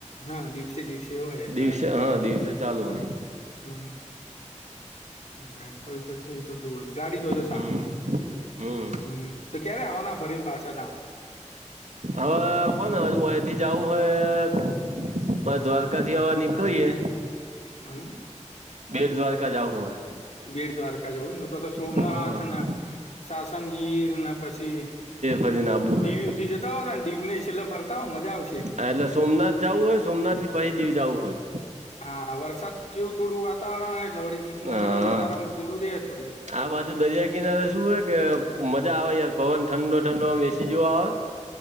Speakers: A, on the left; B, on the right.
A: હા દિવસે દિવસે હોય એટલે
B: દિવસે હા દિવસે ચાલુ હોય
A: હમ્મ નહી તો ઈતો એ તો જોએજ ગાડીજ હોય તો સારું
B: હમ
A: રહેે
B: હમ
A: હમ્મ તો ક્યારે આવવાના ફરીને પાછા તાણ
B: હવે કોને હવ ઓહીથી જાવું હે <unintelligible> દ્વારકા થી હવ નીકળીએ
A: હમ્મ
B: બેર દ્વારકા જા હું હે.
A: બેડ દ્વારકા જવું ને તો તો સોમનાથ
B: હા
A: ને શાસન ગીર ને પછી
B: ફરી ને આબુ હૈ.
A: દીવ હુંધી જતા હોને દીવ ને છેલ્લે ફરતા હોય મજા આવશે.
B: હા એટલે સોમનાથ જવું હોય સોમનાથ થી પહિ દીવ જાવું હોય.
A: હા વરસાદ જેવું થોડું વાતાવરણ હોય એટલે વળી દીઘ
B: હા.
A: મક જ ત્યારેમ પેલું ર રહે થોડી
B: આ બાજુ દરિયા કિનારે શું હોય કે મજા આવે યાર પવન ઠંડો ઠંડો એસી જેવો આવે.